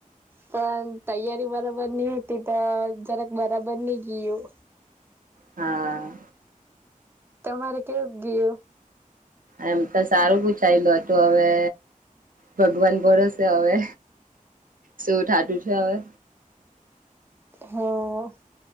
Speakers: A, on the right; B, on the right.
A: પણ તૈયારી બરાબર નહી હોતી તો જરાક બરાબર ની ગિયું
B: હા
A: તમારે કેવું ગિયું
B: એમ તો સારું પૂછાયલું હતું હવે ભગવાન ભરોસે હવે શું ઠાતું છે હવે
A: હા